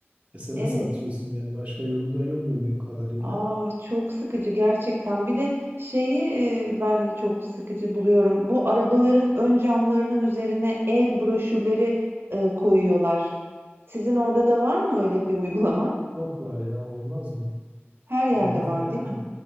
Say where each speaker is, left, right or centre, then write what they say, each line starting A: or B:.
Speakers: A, on the right (about 30°); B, on the right (about 60°).
A: SMS
B: evet.
A: atıyorsun yani başka yolu da yok bildiğim kadarıyla.
B: Aa, çok sıkıcı gerçekten. Bir de şeyi e, ben çok sıkıcı buluyorum. Bu arabaların ön camlarının üzerine el broşürleri e, koyuyorlar. Sizin orada da var mı öyle bir uygulama?
A: Çok var ya olmaz mı?
B: Her yerde
A: Olmaz
B: var,
A: mı yani?
B: değil mi?